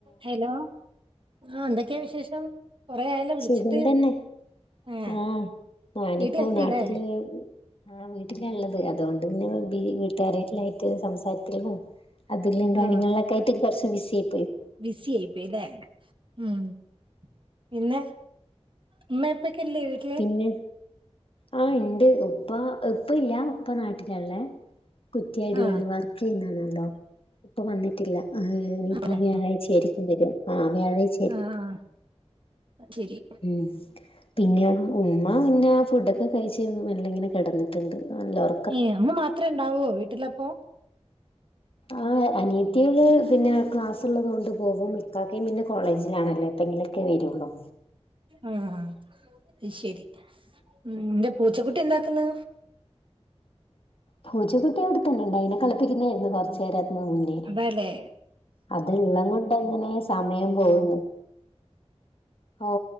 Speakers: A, on the right; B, on the left.
A: Hello ആഹ് എന്തൊക്കെ വിശേഷം കൊറേ ആയല്ലോ വിളിച്ചിട്ട്
B: സുഖം തന്നെ
A: ഏ
B: ആഹ് ഞാനിപ്പൊ
A: വീട്ടിലെത്തില്ലേ
B: നാട്ട്ല് ആഹ വീട്ടിലാള്ളത് അതുകൊണ്ട് പിന്നെ വീട്ട്കാരെല്ലായിട്ട് സംസാരത്തില് ഇങ്ങനെ അതിലും കാര്യങ്ങളിലൊക്കെ
A: ആ
B: ആയിട്ട് കുറച്ച് ബിസിയായി
A: ബിസി ആയി പോയി ലേ ഉം പിന്നെ ഉമ്മെ ഉപ്പക്കെ ഇല്ലേ വീട്ടില്
B: പിന്നെ ആഹ ഇണ്ട് ഉപ്പ ഇപ്പല്ല ഉപ്പ നാട്ടിലാളേള കുറ്റ്യാടിയാണ്
A: ആ
B: വർക്ക് ചെയ്യുന്നാണല്ലോ ഇപ്പൊ വന്നിട്ടില്ല ഇനിയിപ്പോ
A: അതെ
B: വ്യാഴാഴ്ച ആയിരിക്കും ക്കും വെരാ ആഹ് വ്യാഴാഴ്ച
A: ആഹ അയ്ശരി
B: ഉം പിന്നെ ഉമ്മ പിന്നെ ഫുഡൊക്കെ കഴിച്ച് മെല്ലെ ഇങ്ങനെ കിടന്നിട്ടുണ്ട് നല്ലൊർ
A: ഏഹ് അമ്മ മാത്രേ ഇണ്ടാവോ വീട്ടിലപ്പോ
B: ആഹ് അനിയത്ത്യാള് പിന്നെ ക്ലാസ് ഉള്ളതൊണ്ട് പോകും ഇക്കാക്കിം പിന്നെ കോളേജിലാണല്ലോ എപ്പെങ്കിലും ഒക്കെ വരൊള്ളൂ
A: ആഹ് അത് ശരി ഉം നിന്റെ പൂച്ചക്കുട്ടി എന്താക്കുന്ന്
B: പൂച്ചക്കുട്ടി ഇ വിടെത്തന്നെ ഉണ്ട അതിനെ കളിപ്പിക്കുന്നതായിരുന്നു കൊറച്ചു നേരം അതിനു മുന്നേ
A: അല്ലെ
B: അത്ള്ള കൊണ്ട് എങ്ങനെ സമയം പോവുന്നു ഓ